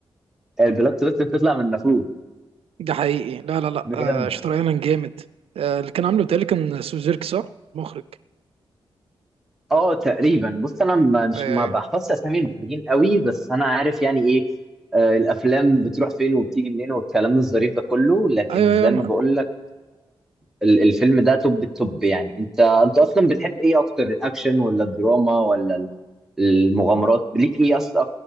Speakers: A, in the centre; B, on the right.
A: البلوت تويست بتطلع من نافوخ
B: ده حقيقي لا لا لا
A: بجد
B: آه شاتر ايلاند جامد آه اللي كان عامله بتهيألي كان سوزيرك صح؟ مخرج
A: اه تقريبا بص انا ما- مش
B: ايوه
A: ما
B: ايوه
A: بحفظش اسامي المخرجين قوي بس انا عارف يعني ايه آه، الافلام بتروح فين وبتيجي منين والكلام الظريف ده كله لكن
B: ايوه
A: زي
B: ايوه أنا-
A: ما بقول لك ال- الفيلم ده توب التوب يعني انت انت اصلا بتحب ايه اكتر الاكشن ولا الدراما ولا ال- المغامرات ليك ايه اصلا